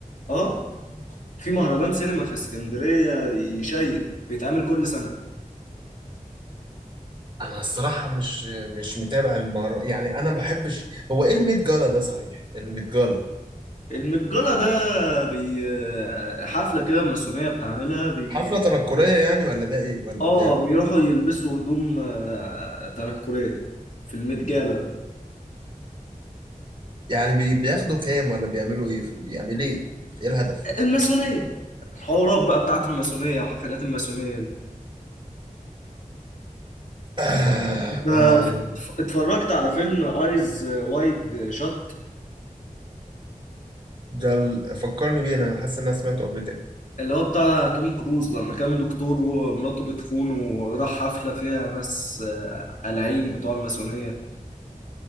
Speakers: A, on the left (about 60°); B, on the right (about 35°).
A: اه في مهرجان سينما في اسكندريه يشيب بيتعمل كل سنه
B: انا الصراحة مش مش متابع المهرجان يعني انا ما بحبش هو ايه الميت جالا ده صحيح الميت جالا
A: المتجلة ده بي حفلة كده الماسونية بتعملها بي...
B: حفلة تنكرية يعني ولا ده ايه ولا
A: اه
B: بي...
A: بيروحوا يلبسوا هدوم آه، تنكرية في المتجلة ده
B: يعني بي... بياخدوا كام ولا بيعملوا ايه في... ال- يعني ليه ايه الهدف
A: الماسونية الحوارات بقى بتاعت الماسونية وحفلات الماسونية دي
B: آه
A: انت
B: ما
A: اتف- اتفرجت على فيلم ايز وايد شات
B: ده ال- فكرني بيه انا حاسس ان انا سمعته قبل كده
A: اللي هو بتاع توم كروز لما كان دكتور ومراته بتخونه وراح حفلة فيها ناس آه، قلعين بتوع الماسونية